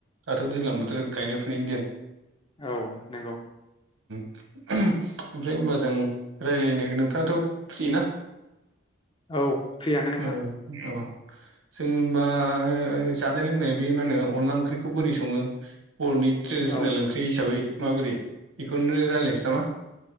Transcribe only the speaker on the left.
औ नंगौ
औ फ्रियानो नोंथां
औ